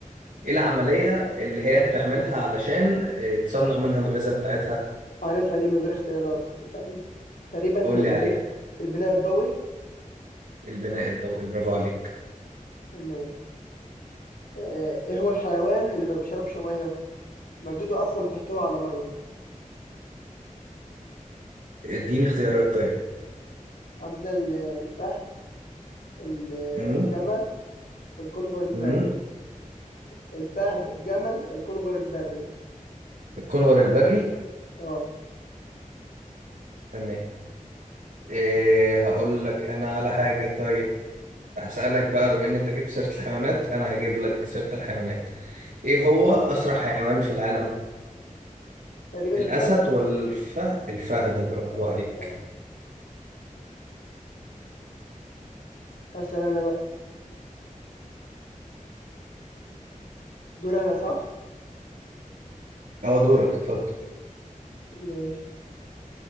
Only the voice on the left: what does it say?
عارفها دي من غير اختيارات ثانيه تقريبا البناء
البناء الضوئي
تمام آه، ايه هو الحيوان اللي ما بيشربش ميه مادته أصلا بتحتوي على مية
عندنا ال- الفهد ال-
الجمل الكنغر البري
الفهد الجمل الكنغر البري
اه
تقريبا
الفهد
اه
فهد مثلا أنا بقى دور أنا صح
ماشي